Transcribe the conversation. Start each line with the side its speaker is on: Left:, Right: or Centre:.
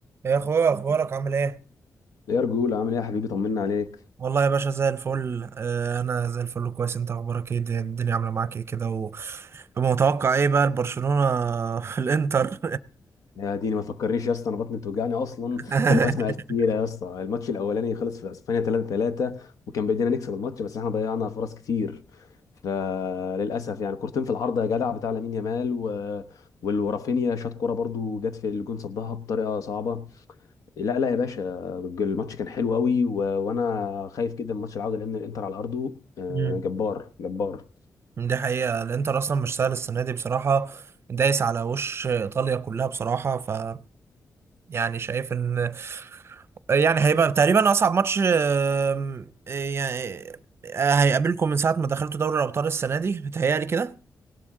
Right: يا اخويا اخبارك عامل ايه
Left: يا رجول عامل ايه يا حبيبي طمنا عليك
Right: والله يا باشا زي الفل آه، انا زي الفل كويس انت اخبارك ايه الدنيا الدنيا عامله معاك ايه كده و- ومتوقع ايه بقى البرشلونه في الانتر
Left: يا ديني ما تفكرنيش يا اسطى انا بطني بتوجعني اصلا
Right: <laughs>
Left: كل ما اسمع السيره يا اسطى الماتش الاولاني خلص في اسبانيا 3 3 وكان بايدينا نكسب الماتش بس احنا ضيعنا فرص كتير فللاسف يعني كورتين في العارضه يا جدع بتاع لامين يامال و... وال- ورافينيا شاط كوره برضو جت في الجون صدها بطريقه صعبه لا لا يا باشا الماتش كان حلو قوي و... وانا خايف جدا من ماتش العوده لان الانتر على ارضه آه،
Right: مم.
Left: جبار جبار
Right: دي حقيقه الانتر اصلا مش سهل السنه دي بصراحه دايس على وش ايطاليا كلها بصراحه ف يعني شايف ان يعني هيبقى تقريبا اصعب ماتش آم، يعني آه، هيقابلكم من ساعه ما دخلتوا دوري الابطال السنه دي بتهيألي كده